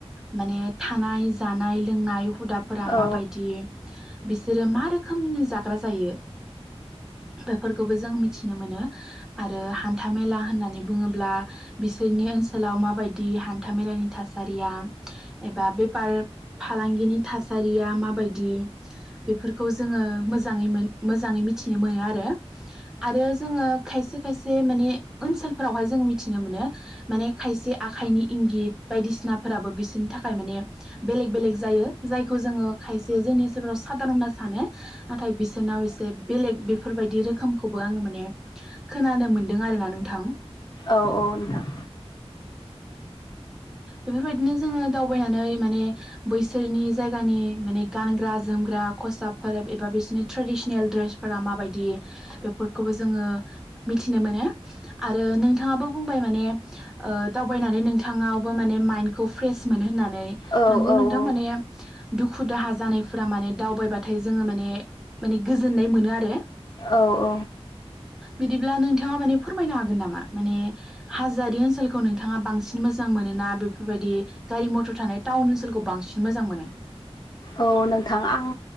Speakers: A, in the centre; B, on the left.
A: माने थानाय जानाय लोंनाय हुदाब फोरा माबायदि
B: औ
A: बिसोर मा रोखोमनि जान ग्रा जायो बेफोरखौबो जों मिथिनो मोनो आरो हान्थामेला होननानै बुङोब्ला बिसोरनि ओनसोलाव माबायदि हान्था मेलानि थासारिया एबा बेफार फालांगिनि थासारिया माबायदि बेफोरखौ जोङो मोजाङै मोन मोजाङै मिथिनो मोनो आरो। आरो जोङो खायसे खायसे माने ओनसोलफोरावहाय जोंङो मिथिनो मोनो माने खायसे आखाइनि इंगित बायदिसिनाफोराबो बिसोरनि थाखाय माने बेलेग बेलेग जायो। जायखौ जोङो खायसे जोंनि जाव सादारन होनना सानो नाथाय बिसोरनाव एसे बेलेग बेफोरबायदि रोखोमखौबो आङो माने खोनानो मोनदों आरो ना नोंथां।
B: औ औ नोंथां।
A: बेफोरबायदिनो जोङो दावबायनानै माने बैसोरनि जायगानि माने गानग्रा जोमग्रा खसाब फोर एबा बिसोरनि ट्रेडिसनेल ड्रेसफोरा माबायदि बेफोरखौबो जोङो मिथिनो मोनो आरो नोंथाङाबो बुंबाय माने ओह दावबायनानै नों नोंथाङावबो माने माइन्दखौ फ्रेस मोनो होननानै
B: औ
A: नोंगौ
B: औ
A: नोंथां माने
B: औ
A: दुखु दाहा जानायफोरा माने दावबायबाथाय जोङो माने माने गोजोननाय मोनो आरो।
B: औ औ।
A: बिदिब्ला नोंथाङा माने फोरमायनो हागोन नामा माने हाजोरि ओनसोलखौ नोंथाङा बांसिन मोजां मोनो ना बेफोरबायदि गारि मथर थानाय टाउन ओनसोलखौ बांसिन मोजां मोनो?
B: औ नोंथां आं